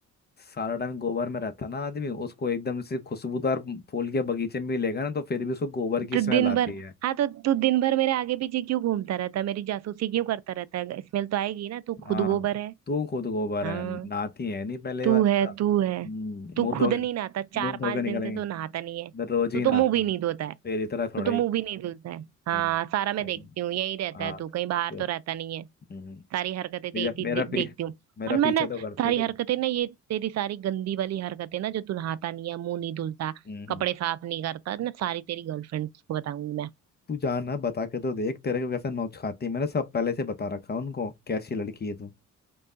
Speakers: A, on the left (about 35°); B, on the right (about 60°).
A: सारा टाइम गोबर में रहता है ना आदमी उसको एकदम से खुशबूदार फूल के बगीचे में भी लेगा ना तो फिर भी उसको गोबर की
B: तो
A: स्मेल
B: दिन
A: आती
B: भर
A: है
B: हाँ तो तू दिन भर मेरे आगे पीछे क्यों घूमता रहता है मेरी जासूसी क्यों करता रहता है स्मेल तो आएगी ना तू
A: हाँ
B: खुद गोबर है
A: तू खुद गोबर
B: हाँ
A: है नहाती है नहीं पहले
B: तू
A: बात
B: है
A: का हम्म,
B: तू है तू
A: मुंह धो
B: खुद नहीं
A: के
B: नहाता चार
A: मुंह धो
B: पांच
A: के निकलेंगे
B: दिन से तू नहाता नहीं है
A: मैं रोज
B: तू
A: ही
B: तो
A: नहाता
B: मुंह भी नहीं
A: हूँ
B: धोता है
A: तेरी तरह थोड़ा
B: तू तो
A: ही
B: मुंह भी नहीं धुलता है हाँ
A: हम्म,
B: सारा मैं
A: देख,
B: देखती हूँ यही रहता
A: हाँ
B: है तू
A: तो,
B: कहीं बाहर तो रहता नहीं है
A: हम्म,
B: सारी हरकतें तेरी
A: मेरा मेरा
B: दे,
A: पी,
B: देखती हूँ
A: मेरा
B: और मैं
A: पीछा
B: ना
A: तो करती
B: सारी
A: है तू
B: हरकतें ना ये तेरी सारी गंदी वाली हरकतें ना जो तू नहाता नहीं है मुंह नहीं धुलता
A: हम्म
B: कपड़े साफ नहीं करता ना सारी तेरी गर्लफ्रेंड्स को बताऊंगी मैं
A: तू जाना बता के तो देख तेरे को कैसा नोच खाती है मैंने सब पहले से बता रखा है उनको कैसी लड़की है तू